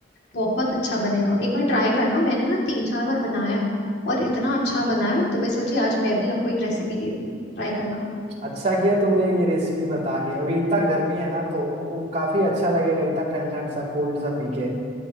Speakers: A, on the left (about 65°); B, on the right (about 40°).
A: बहुत अच्छा बनेगा एक बार ट्राई करना मैंने ना तीन चार बार बनाया है और इतना अच्छा बना है तो मैं सोची आज मैं भी आपको एक रेसिपी देती हूँ ट्राई करना
B: अच्छा किया तुमने ये रेसिपी बता के अभी इतना गर्मी है ना तो वो काफी अच्छा लगेगा इतना ठंड ठंड सा कोल्ड सा पी के